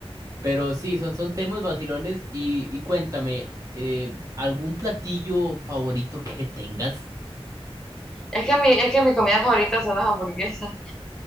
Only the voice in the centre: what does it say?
Es que mi, es que mi comida favorita son las hamburguesas.